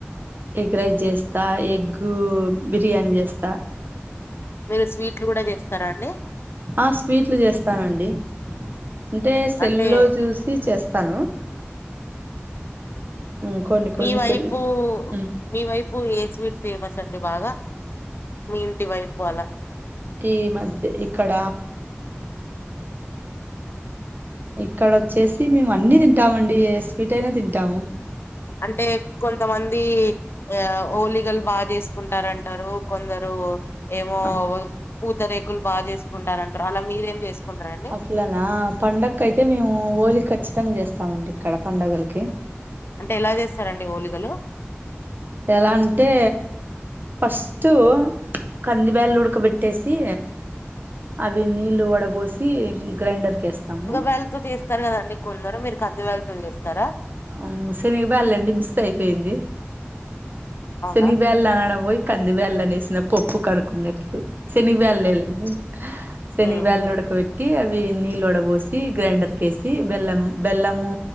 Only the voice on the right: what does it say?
ఎగ్ రైస్ చేస్త ఎగ్ బిర్యానీ చేస్త
ఆ స్వీట్లు చేస్తానండి అంటే సెలుల్ల్లో
చూసి చేస్తాను ఉమ్, కొన్ని కొన్ని
సెల్ ఉమ్,
ఈ మధ్ ఇక్కడ ఇక్కడ వచ్చేసి మేము అన్ని తింటామండి ఏ స్వీట్ అయినా తింటాము
ఆ
ఇలాన పడకి అయితే మేము హఓలి ఖచ్చితంగా చేస్తామండి ఇక్కడ పండుగలకి
ఎలా అంటే ఫస్ట్ కంది బ్యాళ్లు ఉడకబెట్టేసి అవి నీళ్లు వడబోసి గ్రైండర్కి వేస్తాము
<unintelligible> మిస్ అయిపోయింది
శని బ్యాల అడ పోయి కంది వేళ్ళనేసిన పప్పు కనుక్కున్నట్లు శని్వ వళ్లండి శనిగ
వల్ళడక పెట్టి అవి నీళ్ళడ పోసి గ్రైండర్ కేేసి బెల్లం బెల్లము